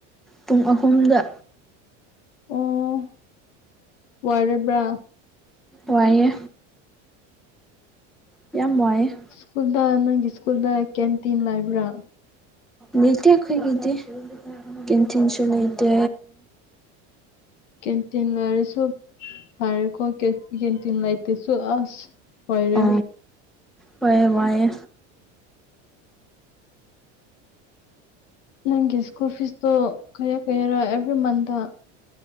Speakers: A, in the centre; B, on the left.
A: ꯄꯨꯡ ꯑꯍꯨꯝꯗ
B: ꯑꯣ ꯋꯥꯔꯕ꯭ꯔꯥ
A: ꯋꯥꯏꯌꯦ ꯌꯥꯝ ꯋꯥꯏꯌꯦꯦ
B: ꯁ꯭ꯀꯨꯜꯗ ꯅꯪꯒꯤ ꯁ꯭ꯀꯨꯜꯗ ꯀꯦꯟꯇꯤꯟ ꯂꯩꯕ꯭ꯔꯥ
A: ꯂꯩꯇ ꯑꯩꯈꯣꯏꯒꯤꯗꯤ ꯀꯤꯟꯊꯤꯟꯁꯨ ꯂꯩꯇ
B: ꯀꯦꯟꯇꯤꯟ ꯂꯩꯔꯁꯨ ꯍꯥꯏꯔꯦꯀꯣ ꯀ ꯀꯦꯟꯇꯤꯟ ꯂꯩꯥꯏꯇꯁꯨ ꯑꯁ ꯑꯣꯏꯔꯦ
A: ꯑ ꯍꯑꯦ ꯋꯥꯑꯦ
B: ꯅꯪꯒꯤ ꯁ꯭ꯀꯨꯜ ꯐꯤꯁꯇꯣ ꯀꯩꯌꯥꯔ ꯀꯩꯌꯥꯔ ꯑꯦꯕ꯭ꯔꯤ ꯃꯟꯇ